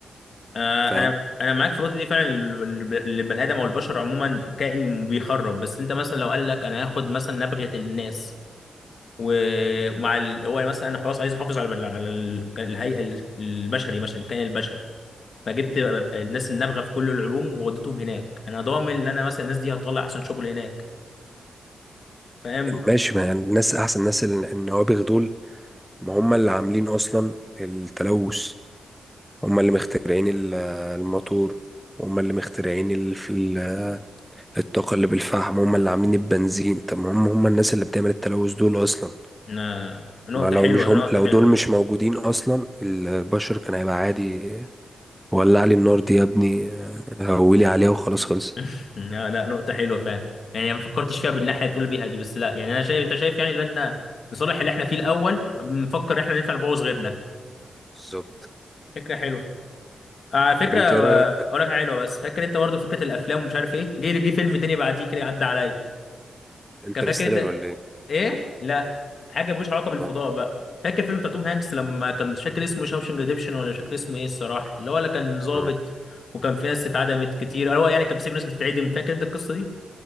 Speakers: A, on the left; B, in the centre.
A: آه
B: فاهم
A: انا انا معاك في النقطه دي فعلا ال- ال- البني ادم او البشر عموما كائن بيخرب بس انت مثلا لو قال لك انا هاخد مثلا نبغه الناس و- ومع ال... هو يعني مثلا انا خلاص عايز احافظ على على ال- الهيئه ال- البشري مثلا الكائن البشري فجبت الناس النابغه في كل العلوم ووديتهم هناك انا ضامن ان انا مثلا الناس دي هتطلع احسن شغل هناك فاهم
B: ماشي ما يعني الناس أحسن ناس ال- النوابغ دول ما هم اللي عاملين أصلا التلوث هم اللي مخترعين ال- الموتور هم اللي مخترعين ال- في ال- الطاقة اللي بالفحم هم اللي عاملين البنزين طب ما هم هم الناس اللي بتعمل التلوث دول أصلا
A: أنا... نقطه
B: ما لو
A: حلوه
B: مش هم
A: نقطه
B: لو
A: حلوه
B: دول مش موجودين أصلا البشر كان هيبقى عادي ولع لي النار دي يا ابني هولي عليها وخلاص خلص
A: <laughs> لا لا نقطه حلوه فاهم يعني ما فكرتش فيها بالناحيه اللي بتقول بيها دي بس لا يعني انا شايف انت شايف يعني ان احنا لصالح اللي احنا فيه الاول بنفكر احنا نطلع نبوظ غيرنا
B: بالظبط
A: فكره حلوه على فكره
B: طب انت
A: آه،
B: ايه رأيك
A: اقول لك حاجة حلوه بس فاكر انت برضو فكره الافلام ومش عارف ايه جه جه فيلم تاني بعديه كده عدى عليا
B: انترستيلر
A: كان فاكر انت
B: ولا ايه؟
A: ايه لا حاجه ملوش علاقه بالفضاء
B: اه
A: بقى فاكر فيلم بتاع توم هانكس لما كان مش فاكر اسمه شاوشنج ريديمشن ولا مش فاكر اسمه ايه الصراحه اللي هو اللي كان ظابط
B: اه
A: وكان في ناس اتعدمت كتير هو يعني كان في سجن ناس بتتعدم فاكر انت القصه دي